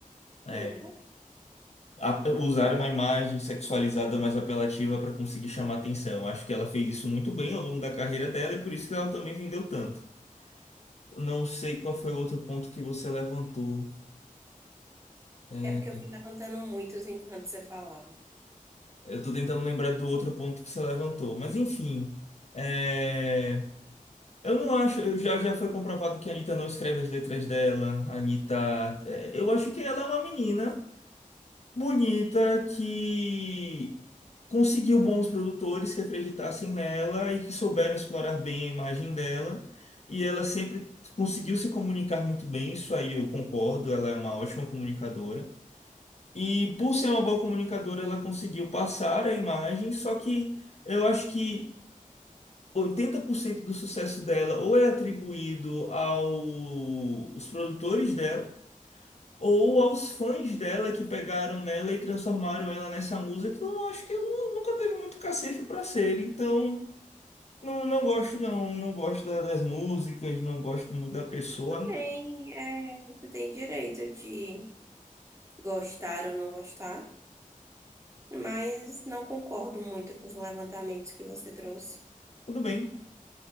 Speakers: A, on the left (about 50°); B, on the right (about 20°).
A: É,
B: Tudo bem.
A: a- usar uma imagem sexualizada mais apelativa pra conseguir chamar atenção. Acho que ela fez isso muito bem ao longo da carreira dela e por isso que ela também vendeu tanto. Não sei qual foi o outro ponto que você levantou. É,
B: É porque eu fui levantando muitos enquanto você falava.
A: eu tô tentando lembrar do outro ponto que você levantou, mas enfim. é, eu não acho, eu já, já foi comprovado que a Anitta não escreve as letras dela. A Anitta, é, eu acho que ela é uma menina bonita que conseguiu bons produtores que acreditassem nela e que souberam explorar bem a imagem dela. E ela sempre conseguiu se comunicar muito bem, isso aí eu concordo, ela é uma ótima comunicadora. E por ser uma boa comunicadora, ela conseguiu passar a imagem, só que eu acho que 80% do sucesso dela ou é atribuído aos produtores dela, ou aos fãs dela que pegaram nela e transformaram ela nessa musa que eu acho que ela nunca teve muito cacife para ser. Então, não, não gosto não, não gosto da- das músicas, não gosto muito da pessoa.
B: Tudo bem, é, você tem direito de gostar ou não gostar. mas não concordo muito com os levantamentos que você trouxe.
A: Tudo bem,